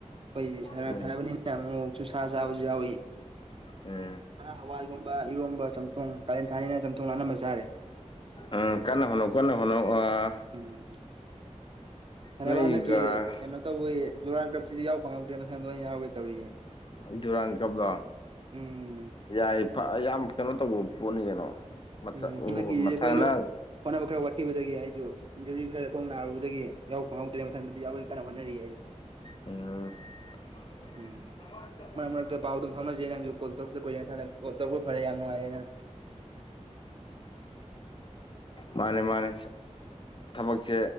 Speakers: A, on the right (about 45°); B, on the left (about 45°).
A: ꯑꯩꯈꯣꯏ
B: ꯎꯝ
A: ꯁꯥꯟꯅꯕꯅꯤꯅ ꯑꯃ ꯃꯣꯛꯁꯨ ꯁꯥ ꯆꯥꯕꯁꯨ ꯌꯥꯎꯏ
B: ꯎꯝ
A: ꯍꯋꯥ ꯏꯔꯣꯝꯕ ꯆꯝꯊꯣꯡ ꯀꯥꯂꯦꯟ ꯊꯥꯅꯤꯅ ꯆꯝꯊꯣꯡ ꯅꯥꯅꯕ ꯆꯥꯔꯦ꯫
B: ꯎꯝ ꯀꯥꯟꯅ ꯍꯣꯅꯧ ꯀꯥꯟꯅ ꯍꯣꯅꯧ ꯑꯥ
A: ꯎꯝ ꯁꯥꯟꯅꯕ
B: ꯅꯣꯏꯒ
A: ꯍꯟꯗꯛꯀꯤ ꯀꯩꯅꯣ ꯇꯧꯋꯤ ꯗꯨꯔꯥꯟ ꯀꯞꯁꯤꯗꯤ ꯌꯥꯎ ꯐꯪꯉꯧꯗ꯭ꯔꯦ ꯃꯊꯪꯗ ꯑ ꯑꯣꯏꯅ ꯌꯥꯎꯒꯦ ꯇꯧꯔꯤꯌꯦ꯫
B: ꯗꯨꯨꯔꯥꯟ ꯀꯞꯗ
A: ꯎꯝ
B: ꯌꯥꯏ ꯌꯥꯝ ꯀꯩꯅꯣ ꯇꯧꯕ ꯄꯣꯠꯅꯤ ꯀꯩꯅꯣ ꯃꯊ
A: ꯎꯝ ꯍꯟꯗꯛꯀꯤ ꯑꯩꯈꯣꯏꯁꯨ
B: ꯃꯊꯪꯅ
A: ꯐꯥꯟꯅꯕ ꯈꯔ ꯋꯥꯠꯈꯤꯕꯗꯒꯤ ꯑꯩꯗꯨ ꯏꯟꯖꯨꯔꯤ ꯈꯔ ꯈꯣꯡ ꯅꯥꯔꯨꯕꯗꯒꯤ ꯌꯥꯎ ꯐꯪꯍꯧꯗ꯭ꯔꯦ ꯃꯊꯗꯗꯤ ꯌꯥꯎꯗꯤ ꯀꯟꯅ ꯍꯣꯠꯅꯔꯤꯔꯦ ꯑꯩꯁꯨ꯫
B: ꯎꯝ <unintelligible>
A: ꯎꯝ ꯃꯔꯛ ꯃꯔꯛꯇ ꯄꯥꯎ ꯑꯗꯨꯝ ꯐꯥꯎꯅꯖꯩ ꯅꯪꯁꯨ ꯀꯣꯜ ꯇꯧꯛꯇ ꯀꯏ ꯅꯁꯥꯅ ꯀꯣ ꯇꯧꯔꯛ ꯐꯔꯦ ꯌꯥꯝ ꯅꯨꯡꯉꯥꯏꯔꯅ
B: ꯃꯥꯅꯦ ꯃꯥꯅꯦ ꯊꯕꯛꯁꯦ